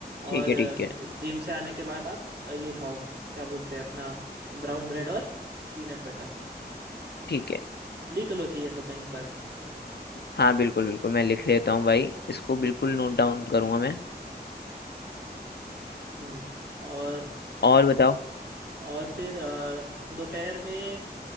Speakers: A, on the left (about 70°); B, on the right (about 65°).
A: ठीक
B: और
A: है ठीक है
B: जिम से आने के बाद आप अ, ये खाओ क्या बोलते हैं अपना ब्राउन ब्रेड और पीनट बटर
A: ठीक है
B: लिख लो चाहिए तो कहीं पर
A: हाँ बिल्कुल बिल्कुल मैं लिख लेता हूँ भाई इसको बिल्कुल नोट डाउन करूंगा मैं
B: हम्म और
A: और बताओ
B: और फिर अ, दोपहर में